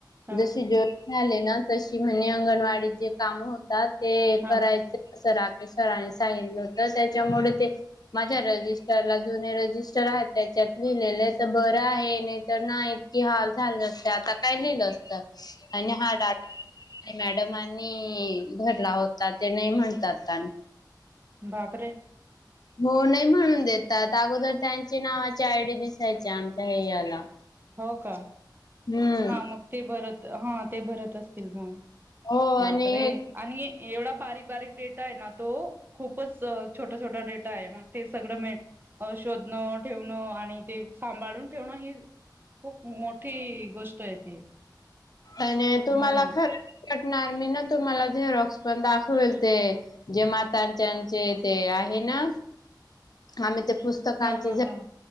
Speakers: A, on the right; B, on the left.
A: हा
B: जशी जून झाले ना तशी म्हणणे अंगणवाडीत जे काम होतात ते
A: हा
B: करायचे. असं राकेश सराने सांगितलं होत त्याच्यामुळे ते माझ्या रजिस्टरला जुने रजिस्टर आहेत त्याच्यात लिहिलेले तर बरं आहे. तर नाही इतकी हाल झालं असते आता काय लिहिलं असतं. आणि हा डाटा मॅडमनी भरला होता ते नाही म्हण तात.
A: बाप रे
B: हो नाही, म्हणून देतात अगोदर त्यांची नावाची आयडी दिसायची आमच्या हे याला
A: हो का
B: हम्म
A: हा मग ते भरत हा ते भरत असतील मग
B: हो आणि
A: बापरे
B: हे
A: आणि एवढा बारीक बारीक डेटा आहे ना तो. खूपच छोटा छोटा डेटा आहे मग ते सगळं मिळ ण शोधण ठेवणं आणि ते सांभाळून ठेवणं ही खूप मोठी गोष्ट आहे.
B: आणि तुम्हाला
A: हो ना
B: खरंच पटणार मी ना तुम्हाला झेरॉक्स पण दाखवेल ते जे मातांच्याचे ते आहे ना आम्ही ते पुस तकांचे
A: हा हा
B: जे
A: हा